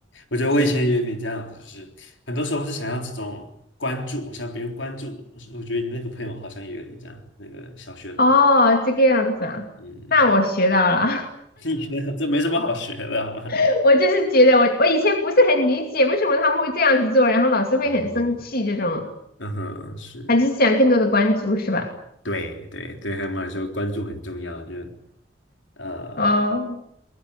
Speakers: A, on the left; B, on the left.
A: 我觉得我以前也有点这样，
B: 其
A: 就是很多时候是想要这种关注，我想别人关注我。我觉得你那个朋友好像也有点这样，那个小学的同学，
B: 哦，这个样子啊，
A: 嗯，
B: 那我学到了。
A: <laughs> 你觉得这没什么好学的，好吗？
B: <laughs> 我就是觉得我我以前不是很理解为什么他们会这样子做，然后老师会很生气这种，
A: 哦，嗯哼，是，
B: 他就是想更多的关注是吧？
A: 对对对，还有来说，关注很重要，就呃，
B: 哦，